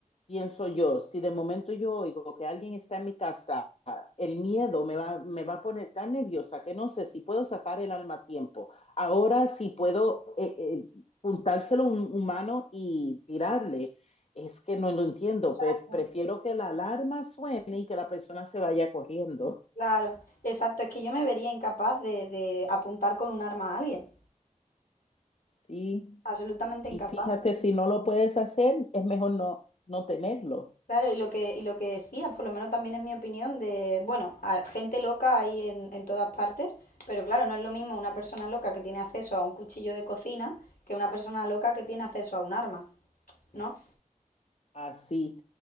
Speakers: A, on the left (about 50°); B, on the left (about 85°).
A: pienso yo, si de momento yo oigo que alguien está en mi casa, el miedo me va, me va a poner tan nerviosa que no sé si puedo sacar el alma a tiempo. Ahora, si puedo... Eh, eh, puntárselo a un humano y tirarle, es que no lo entiendo,
B: Exacto,
A: pe- prefiero que la alarma suene y que la persona se vaya corriendo,
B: claro. Exacto, es que yo me vería incapaz de, de apuntar con un arma a alguien.
A: ¿sí?
B: Absolutamente incapaz.
A: Y fíjate, si no lo puedes hacer, es mejor no, no tenerlo.
B: Claro, y lo que, y lo que decías, por lo menos también es mi opinión de, bueno, a- gente loca hay en, en todas partes, pero claro, no es lo mismo una persona loca que tiene acceso a un cuchillo de cocina que una persona loca que tiene acceso a un arma, ¿no?
A: Así.